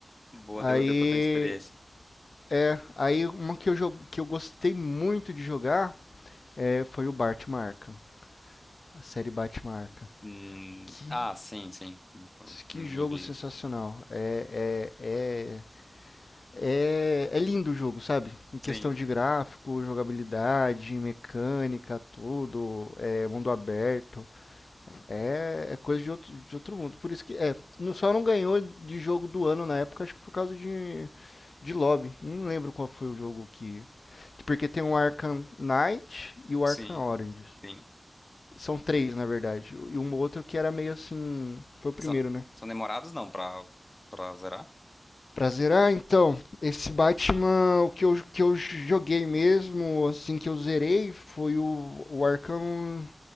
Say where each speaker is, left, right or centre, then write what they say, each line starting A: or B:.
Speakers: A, on the left; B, on the left.
A: Boa,
B: Aí,
A: deu, deu pra ter experiência.
B: é, aí uma que eu, jo- que eu gostei muito de jogar é, foi o Batman Arkham, a série Batman Arkham.
A: Hum,
B: Que,
A: ah, sim, sim.
B: que
A: Me,
B: jogo
A: me veio.
B: sensacional. É, é, é, é, é lindo o jogo, sabe? Em questão
A: Sim,
B: de gráfico, jogabilidade, mecânica, tudo, é, mundo aberto. É, é coisa de outro, de outro mundo. Por isso que. É, não- só não ganhou de jogo do ano na época, acho que por causa de, de lobby. Não lembro qual foi o jogo que. Porque tem o Arkham Knight e o
A: sim,
B: Arkham Origins.
A: sim.
B: São três, na verdade. E um outro que era meio assim. Foi o primeiro,
A: São,
B: né?
A: são demorados não pra, pra zerar?
B: Pra zerar, então, esse Batman, o que eu, que eu joguei mesmo, assim, que eu zerei, foi o, o Arkham